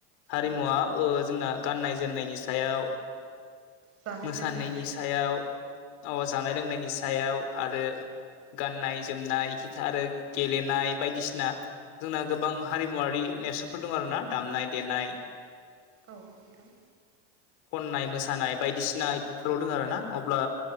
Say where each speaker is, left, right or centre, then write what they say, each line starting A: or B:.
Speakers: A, on the left; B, on the right.
A: हारिमुवा
B: औ
A: ओ जोंना गाननाय जोमनायनि सायाव
B: जानाय
A: मोसानायनि
B: लोंनायनिसो
A: सायाव अ जानाय लोंनायनि सायाव आरो गाननाय जोमनाय खिथा आरो गेलेनाय बायदिसिना जोंना गोबां हारिमुवारि नेरसोनफोर दं आरोना दामनाय देनाय
B: औ नोंथां
A: खननाय मोसानाय बायदिसिना बेफोराव दं आरोना अब्ला